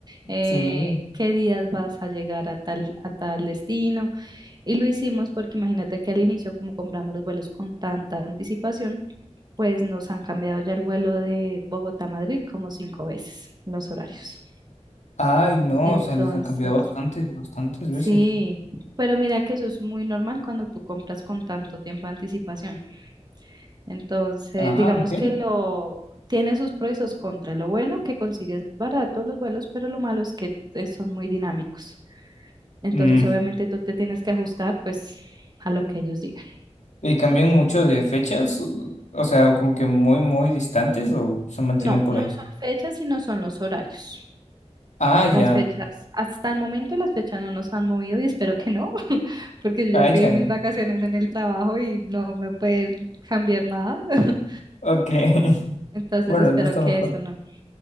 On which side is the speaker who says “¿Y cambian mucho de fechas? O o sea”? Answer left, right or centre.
Left